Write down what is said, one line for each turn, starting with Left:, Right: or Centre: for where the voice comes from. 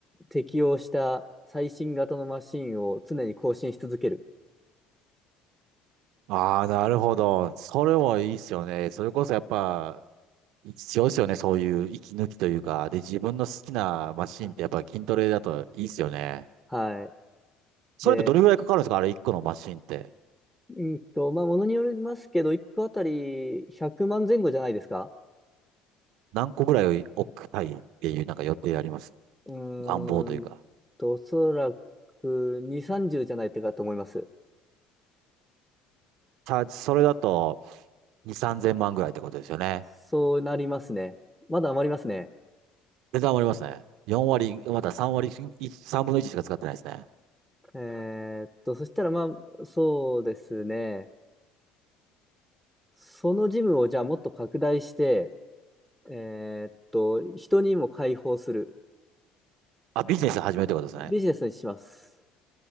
Centre: 適用した最新型のマシンを常に更新し続ける。
Right: ああ、なるほど。それもいいっすよね。それこそやっぱ、必要っすよね。そういう息抜きというか。で、自分の好きなマシンってやっぱ筋トレだといいっすよね。
Centre: はい。はい。
Right: それってどれぐらいかかるんですかあれ1個のマシンって。
Centre: で、うんと、まあ、ものによりますけど、1個あたり100万前後じゃないですか
Right: 何個ぐらい置きたいっていうなんか予定あります
Centre: うーん
Right: 願望というか。
Centre: と、おそらく2、30じゅうじゃないかと思います。
Right: チャージ、それだと2、3千万ぐらいってことですよね。
Centre: そうなりますね。まだ余りますね。
Right: 値段上がりますね。4割、また3割、
Centre: はい。
Right: 3分の1しか使ってないですね。
Centre: えーっと、そしたらまあ、そうですね。そのジムをじゃあもっと拡大して、えーっと、人にも開放する。
Right: あ、ビジネス始めるってことですね。
Centre: ビジネスにします。